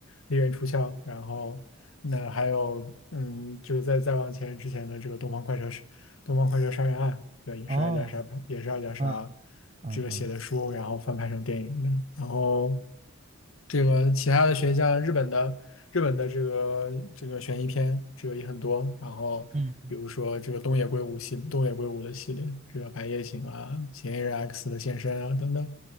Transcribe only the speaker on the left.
利刃出鞘，然后那还有嗯，就是再再往前之前的这个东方快车是东方快车》杀人案，对，也是阿加莎也是阿加莎
这个写的书，然后翻拍成电影的，然后。这个其他的悬像日本的日本的这个这个悬疑片，这个也很多。然后比如说这个东野圭吾系东野圭吾的系列，
这个《白夜行》啊，《嫌疑人 X 的现身》啊等等，